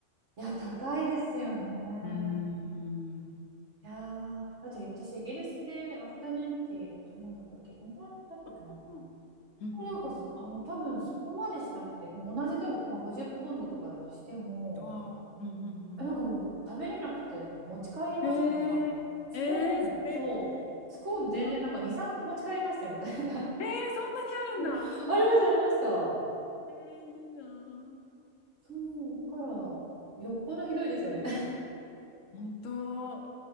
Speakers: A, on the right; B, on the left.
A: いや、高いですよね。
B: うーん。
A: いやー、だって私イギリスでアフタヌーンティー頼んだ時、どんぐらいだったっけな。
B: あうんうん
A: でもなんか、あの、多分そこまでしなくて、でも同じ多分、まあ、50ポンドとかだとしても、
B: うんあーうんうん
A: え、なんかもう食べれなくて持ち帰りましたもん。
B: うんえー、
A: あの、スコーン、
B: えー、素敵。
A: そう、スコーン全然なんか2、
B: いや、
A: 3個持ち帰りましたよ。なんか
B: えー、そんなにあるんだ。
A: <laughs> ありま
B: すごい、
A: した、ありました。
B: えーいいなぁ。
A: そう、だから、よっぽどひどいですよね。
B: 本当、